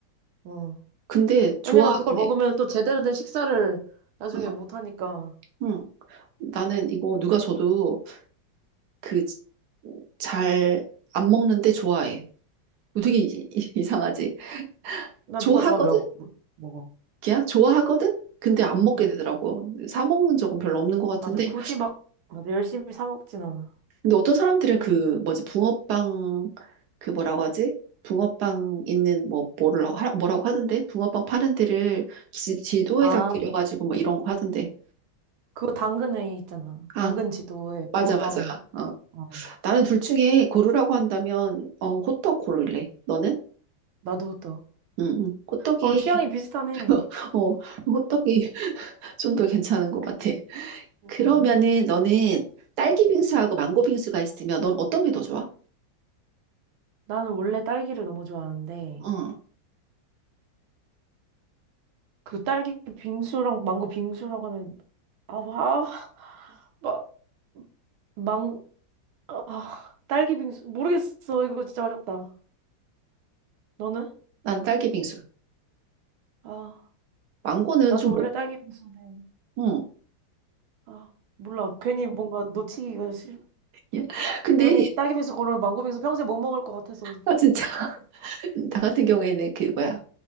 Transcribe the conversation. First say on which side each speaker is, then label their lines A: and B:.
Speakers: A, on the right; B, on the right.
A: 어.
B: 근데 좋아하긴
A: 왜냐면 그걸 먹으면
B: 해.
A: 또 제대로 된 식사를 나중에
B: 어,
A: 못 하니까.
B: 응. 나는 이거 누가 줘도 그 잘 안 먹는데 좋아해. 이거 되게 이- 이- 이상하지?
A: 난
B: 좋아하거든?
A: 누가 좋아하면 먹, 못 먹어.
B: 야, 좋아하거든? 근데 안 먹게
A: 응.
B: 되더라고. 사 먹는 적은 별로 없는 것 같은데
A: 맞아. 굳이 막, 맞아. 열심히 사 먹진 않아.
B: 근데 어떤 사람들은
A: 그,
B: 그 뭐지 붕어빵 그 뭐라고 하지? 붕어빵 있는 뭐 뭐를 하- 뭐라고 하던데? 붕어빵 파는 데를 지, 지도에다
A: 아,
B: 그려가지고 뭐 이런 거 하던데.
A: 그거 당근에 있잖아.
B: 아
A: 당근 지도에 붕어빵.
B: 맞아 맞아. 어.
A: 어.
B: 나는 둘 중에 고르라고 한다면 어 호떡 고를래. 너는?
A: 나도 또.
B: 응, 응. 호떡이
A: 어, 우리 취향이 비슷하네.
B: <laughs> 어 호떡이 좀 더 괜찮은 것 같아.
A: 음.
B: 그러면은 너는 딸기 빙수하고 망고 빙수가 있으면 넌 어떤 게 더 좋아?
A: 나는 원래 딸기를 너무 좋아하는데,
B: 응.
A: 그 딸기 빙수랑 망고 빙수라고 하면, 아, 아, 막, 망, 아, 딸기 빙수. 모르겠어. 이거 진짜 어렵다. 너는?
B: 나는 딸기 빙수.
A: 아.
B: 망고는
A: 나도
B: 좀
A: 원래
B: 뭐,
A: 딸기 빙수인데
B: 응.
A: 아 몰라 괜히 뭔가 놓치기가 싫
B: 예? <laughs> 근데
A: 괜히 딸기 빙수 고르면 망고 빙수 평생 못 먹을 것 같아서
B: 아 진짜 <laughs> 나 같은 경우에는 그 뭐야